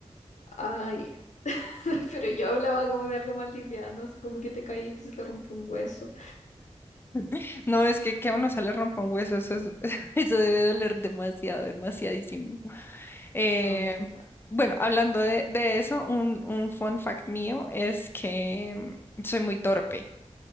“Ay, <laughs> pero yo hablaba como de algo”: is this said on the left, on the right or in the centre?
Left